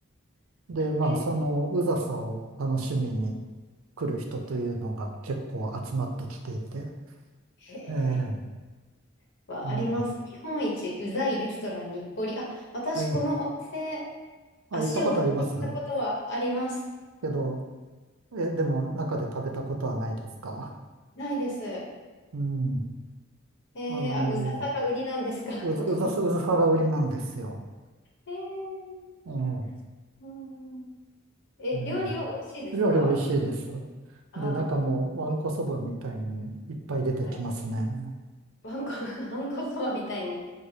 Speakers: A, on the right; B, on the left.
A: で、まあ、
B: え
A: そのうざさを楽しみに来る人というのが結構集まってきていて。
B: ー、へー
A: ええ、
B: はあります。
A: え
B: 日本一うざいレストラン日暮里。あ、私このお店、
A: え、ええあ、
B: 足を踏み入れたことはあります。
A: 行ったことありますけど、え、でも中で食べたことはないですか
B: ないです。え
A: うん。
B: ー、
A: あの
B: あ、うざさが売りなんですか、
A: ーうざ、
B: <laughs> ここ。
A: うざさ、うざさが売りなんですよ。
B: えー、
A: ええ、
B: うん。え、
A: ええ料理美味しいです。
B: 料理は美味しいですかああー、
A: で、中もわんこそばみたいにいっぱい出てきますね。
B: よかった。はい。わんこ、<laughs> わんこそばみたいに、